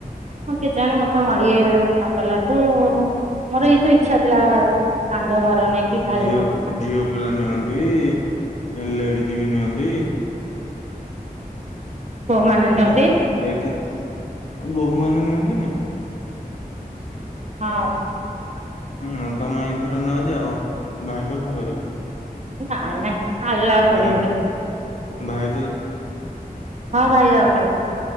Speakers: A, on the right; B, on the left.
A: ହଁ କେଜାଣେ ମୋତେ ମୋ ଇଏ ମନା କଲାଠୁ ମୋର ଏଇତ ଇଚ୍ଛା ଥିଲା ପାଣି ଭାର ନେଇକି ଢାଳିବା
B: ଝିଅ
A: ପାଇଁ
B: ଝିଅ ପିଲା ନିଅନ୍ତି। ଏ ଲେଡି ଜି ବି ନିଅନ୍ତି।
A: ପୁଅମାନେ ନିଅନ୍ତି
B: ଡ ଏଇତ ଅ, ବହୁମାନେ ନିଅ ତିନି
A: ହଁ।
B: ହୁଁ ତୋମେ ଏଇଥର ନଇ ଯାଅ ଭାଇଙ୍କ ସାଙ୍ଗରେ।
A: ଏ ନାଇଁ ନାଇଁ ଆଲାଓ କରିିବେନି।
B: ଭାଇ ଭାଇ
A: ହଁ ଭାଇ ଯାଉଛ